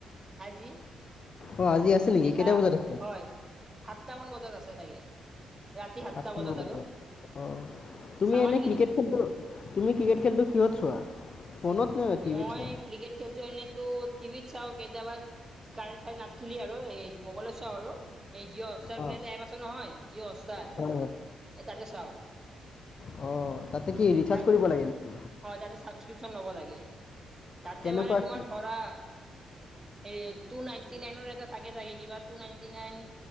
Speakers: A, on the right (about 20°); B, on the left (about 45°).
A: আজি।
B: অ আজি আছে নেকি
A: নিশা
B: কেইটা বজাত আছে
A: হয়, সাতটামান বজাত আছে চাগে ৰাতি সাতটা
B: আকৌ ন বজাত
A: আৰু
B: অ' তুমি
A: চাবা
B: এনে
A: নেকি
B: ক্ৰিকেট
A: তুমি?
B: খেলটো তুমি ক্ৰিকেট খেলটো কিহত চোৱা। ফোনত নে টিভিত
A: মই
B: চোৱা
A: ক্ৰিকেট খেলটো এনেইতো টিভিত চাওঁ, কেতিয়াবা কাৰেণ্ট চাইণ্ট নাথাকিলে আৰু এই মোবাইলত চাওঁ আৰু এই জিঅ' হটষ্টাৰ
B: অ
A: বুলি এটা এপ আছে নহয় জিঅ' হটষ্টাৰ
B: হয়
A: এই তাতে চাওঁক।
B: হয় অ তাতে কি ৰিচাৰ্জ
A: তাত
B: কৰিব লাগে নেকি
A: অ' তাতে চাবকিউচন ল'ব লাগে। তাতে
B: কেনেকুৱা
A: মানে তোমাৰ
B: কি
A: ধৰা এই টু নাইনটি নাইন এটা থাকে চাগে কিবা। টু নাইটি নাইন